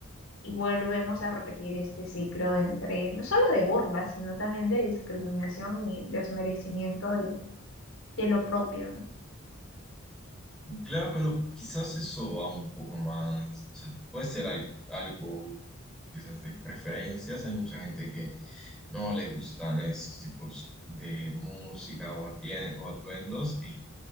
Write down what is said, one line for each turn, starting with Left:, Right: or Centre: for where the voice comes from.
Left: Y volvemos a repetir este ciclo entre, no solo de burlas, sino también de discriminación y desmerecimiento de, de lo propio, ¿no?
Centre: Claro, pero quizás eso va un poco más, o sea, puede ser algo, algo quizás de preferencias. Hay mucha gente que no le gustan estos tipos de música o, atien- o atuendos y